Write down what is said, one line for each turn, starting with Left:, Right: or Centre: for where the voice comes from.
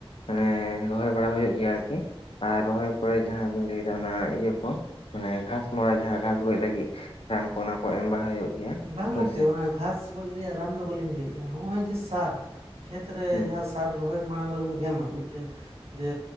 Left: ᱟᱱᱮ ᱨᱚᱦᱚᱭ ᱵᱟᱲᱟ ᱦᱩᱭᱩᱜ ᱜᱮᱭᱟ ᱟᱨᱠᱤ᱾ ᱟ ᱨᱚᱦᱚᱭ ᱯᱚᱨᱮ ᱡᱟᱦᱟᱸ ᱵᱤᱱ ᱞᱟᱹᱭᱫᱟ ᱚᱱᱟ ᱤᱭᱟᱹ ᱠᱚ᱾ ᱟᱱᱮ 'ᱜᱷᱟᱥ ᱢᱟᱨᱟ' ᱡᱟᱦᱟᱸ ᱜᱷᱟᱥ ᱜᱚᱡ ᱞᱟᱹᱜᱤᱜ ᱨᱟᱱ ᱠᱚ, ᱚᱱᱟ ᱠᱚ ᱮᱢ ᱵᱟᱲᱟ ᱦᱩᱭᱩᱜ ᱜᱮᱭᱟ
Right: ᱵᱟᱝ
Left: ᱦᱳᱭᱥᱮ
Right: ᱜᱚᱝᱠᱮ, ᱚᱱᱟ ᱜᱷᱟᱥ ᱜᱚᱡ ᱨᱮᱭᱟᱜ ᱨᱟᱱ ᱫᱚ ᱵᱟᱹᱞᱤᱧ ᱞᱟᱹᱭᱮᱜᱼᱟ᱾ ᱦᱚᱸᱜᱼᱚᱸᱭ ᱡᱮ ᱥᱟᱨ ᱠᱷᱮᱛ ᱨᱮ
Left: ᱦᱩᱸ
Right: ᱡᱟᱦᱟᱸ ᱥᱟᱨ ᱨᱚᱦᱚᱭ ᱢᱟᱲᱟᱝ ᱨᱮᱵᱚᱱ ᱮᱢᱟ, ᱢᱤᱜᱴᱮᱱ ᱡᱮ